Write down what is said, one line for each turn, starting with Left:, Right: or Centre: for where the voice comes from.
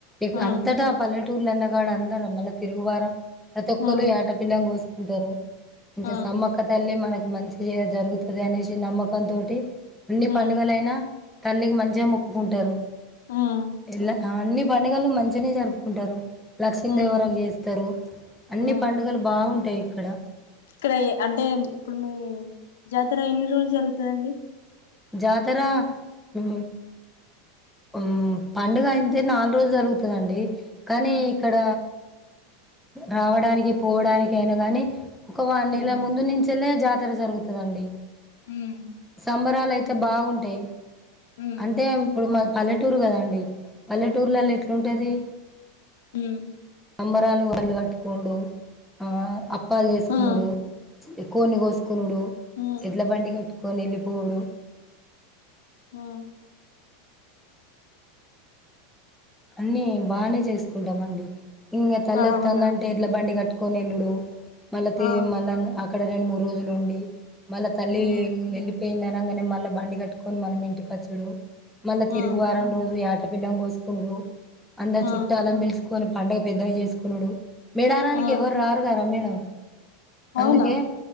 Centre: ట్
Left: హ్మ్
Centre: అంతటా పల్లెటూర్లన్నకడ అందరం మళ్ళా తిరుగువారం ప్రతి ఒక్కలు
Left: హ్మ్
Centre: యాటపిల్లను కోసుకుంటారు మంచిగా
Left: హ్మ్
Centre: సమ్మక్క తల్లి మనక్ మంచిగ జరుగుతదనేసి నమ్మకం తోటి అన్ని
Left: హ్మ్
Centre: పండుగలయినా తల్లికి మంచిగా మొక్కుకుంటారు
Left: హ్మ్
Centre: ఎలా అవన్ని పండుగలు మంచినే జరుపుకుంటారు లక్ష్మీదేవరాక్
Left: హ్మ్
Centre: చేస్ స్తారు అన్ని
Left: హ్మ్
Centre: పండుగలు బాగుంటాయి ఇక్కడ
Left: ఇక్కడ ఎ అంటే ఇప్పుడు మీ జాతర ఎన్ని రోజులు జరుగుతదండి
Centre: జాతర హు హు పండుగ అయింతే నాలుగు రోజులు జరుగుతదండి కానీ
Left: హ్మ్
Centre: ఇక్కడ రావడానికి పోవడానికి అయినా గాని ఒక వారం
Left: హ్మ్
Centre: నెళ్ల ముందు నుంచెలే జాత్ తర జరుగుతదండి
Left: హ్మ్
Centre: సంబరాలు అయితే బాగుంటాయి
Left: హ్మ్
Centre: అంటే ఇప్పుడు మా పల్లెటూరు కదా అండి పల్లెటూరులళ్ళ ఎట్లుంటది
Left: హుమ్
Centre: సంబరాలు వాళ్ళు కట్టుకునుడు ఆ అప్పాలు చేసుకున్నాడు
Left: హ్మ్
Centre: ఎ కోన్ని కోస్ కునుడు
Left: హ్మ్
Centre: ఎట్లా బండి కట్టుకొని వెళ్ళిపోవుడు
Left: ఆ
Centre: అన్ని బానే చేసుకుంటామండి ఇంగ తల్లి
Left: అవునా
Centre: వోతాంది అంటే ఎడ్ల బండి కట్టు కొనేల్లుడు మళ్ళా తి
Left: ఆ!
Centre: మళ్ళా అక్కడ రెండు మూడు రోజులు ఉండి మళ్ళా తల్లి
Left: హ్మ్
Centre: వెళ్ళిపోయిందనగానే మళ్ళా బండి కట్టుకొని మనం ఇంటికచ్చుడు మళ్ళా
Left: హ్మ్
Centre: తిరుగు వారం రోజు యాటపిల్లను కోసుకునుడు అందరు
Left: హ్మ్
Centre: చుట్టలను పిలుసుకొని పండుగ పెద్దగా చేసుకునుడు మెడారానికి
Left: హ్మ్
Centre: ఎవరు రారుగా ర మేడం
Left: అవునా?
Centre: అందుకే